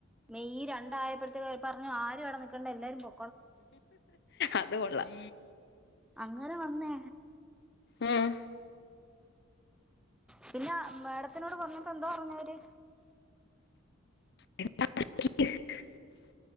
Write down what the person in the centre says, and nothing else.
മെയ് രണ്ടായപ്പഴ്ത്തേക് ഈ പറഞ്ഞ ആരും അവിടെ നിക്കണ്ട എല്ലാരും പൊ
അങ്ങ് ആരാ വന്നേ
പിന്ന മേഡത്തിനോട് പറഞ്ഞപ്പോ എന്തോറഞ്ഞവര്